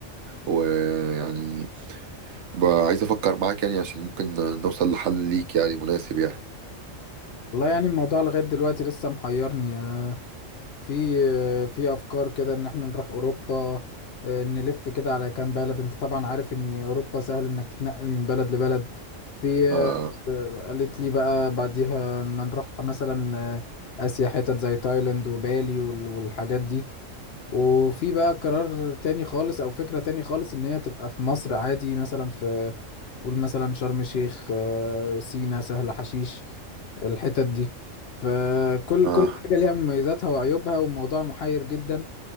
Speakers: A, on the right; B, on the left.
A: ويعني بقى عايز افكر معاك يعني عشان ممكن نوصل لحل ليك يعني مناسب يعني
B: والله يعني الموضوع لغاية دلوقتي لسه محيرني يعني. في في افكار كده ان احنا نروح اوروبا اه، نلف كده على كام بلد انت طبعا عارف ان اوروبا سهل انك تتنقل من بلد لبلد في
A: اه
B: اه، قالت لي بقى بعديها ما نروح مثلا اه، اسيا حتت زي تايلاند وبالي وال- والحاجات دي وفي بقى قرار تاني خالص او فكرة تاني خالص ان هي تبقى في مصر عادي مثلا في قول مثلا شرم الشيخ آه، سينا سهل حشيش الحتت دي فكل
A: اه
B: كل حاجة ليها مميزاتها وعيوبها والموضوع محير جدا